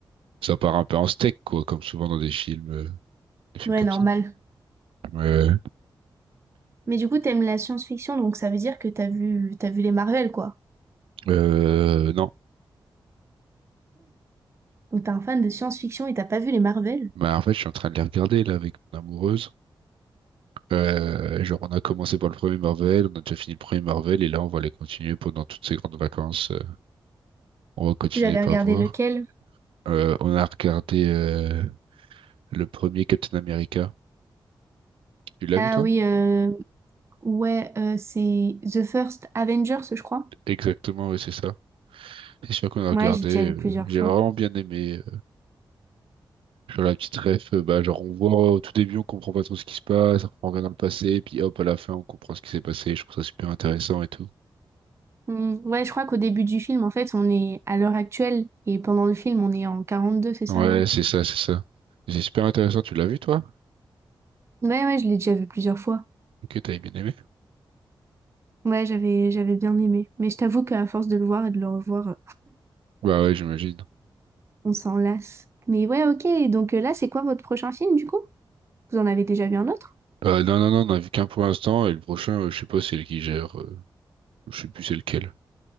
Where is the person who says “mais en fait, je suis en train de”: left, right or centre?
Right